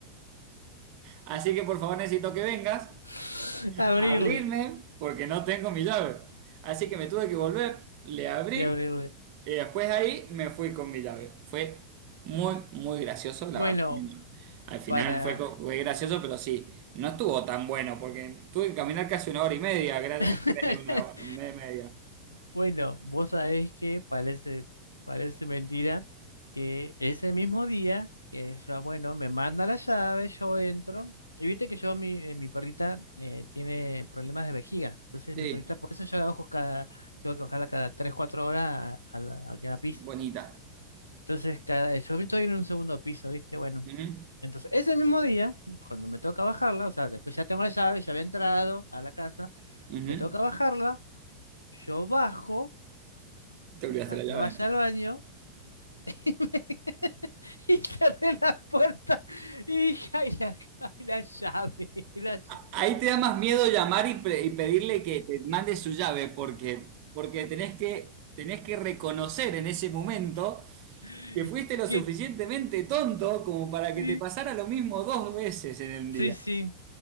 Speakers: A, on the right; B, on the left.
A: Así que por favor necesito que vengas
B: <laughs> Abrirle
A: a abrirme porque no tengo mi llave. Así que me tuve que volver, le abrí
B: y abrirle.
A: Y después de ahí me fui con mi llave. Fue muy, muy gracioso, la
B: Bueno,
A: verdad. Al final
B: para.
A: fue, co- fue gracioso, pero sí, no estuvo tan bueno porque tuve que caminar casi una hora y media gra-
B: <laughs>
A: en vez de una hora, una hora y media.
B: Bueno, vos sabés que parece, parece mentira que ese mismo día, que yo, bueno, me manda la llave, yo entro, y viste que yo, mi, eh, mi perrita eh, tiene problemas de vejiga, entonces
A: Sí,
B: mi perrita, por eso yo la ojo cada, tengo que bajarla cada 3 4 horas a, a la, a cada piso.
A: bonita.
B: Entonces, cada, yo estoy en un segundo piso, viste, bueno.
A: Ujú,
B: Entonces, ese mismo día, cuando me toca bajarla, o sea, después ya tengo la llave, ya había entrado a la casa,
A: ujú.
B: me toca bajarla, yo bajo
A: Te olvidaste
B: a
A: la llave
B: que vaya
A: adentro.
B: al baño <laughs> y, me- y cerré la puerta y dije, ay, la, ay, la llave, la
A: A- Ahí te da más miedo llamar y, pre- y pedirle que te mande su llave porque, porque tenés que, tenés que reconocer en ese momento
B: llave".
A: que fuiste lo suficientemente
B: Que-
A: tonto como para que
B: sí,
A: te pasara lo mismo dos veces en el día.
B: sí, sí.